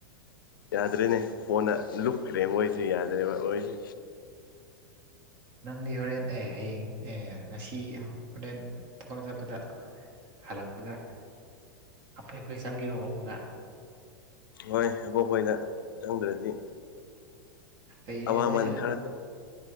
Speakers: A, on the left (about 85°); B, on the right (about 45°).
A: ꯌꯥꯗ꯭ꯔꯦꯅꯦ ꯐꯣꯟꯅ ꯂꯨꯞꯈ꯭ꯔꯦ ꯃꯣꯏꯁꯦ ꯌꯥꯗ꯭ꯔꯦꯕ ꯃꯣꯏꯁꯦ
B: ꯅꯪꯗꯤ ꯍꯣꯔꯦꯟ ꯑꯦ ꯍꯌꯦꯡ ꯑꯦ ꯉꯁꯤ ꯍꯣꯔꯦꯟ ꯊꯕꯂ ꯆꯠꯄꯗ ꯍꯜꯂꯛꯄꯗ ꯑꯐꯩꯈꯣꯏ ꯆꯪꯈꯤꯔꯣ ꯑꯃꯒ <unintelligible>
A: ꯍꯣꯏ ꯑꯕꯣꯛꯄꯣꯏꯗ ꯆꯪꯗ꯭ꯔꯗꯤ
B: ꯑꯩꯩꯌꯦ
A: ꯑꯋꯥꯃꯟ
B: ꯅꯣꯏꯁꯨ
A: ꯈꯔ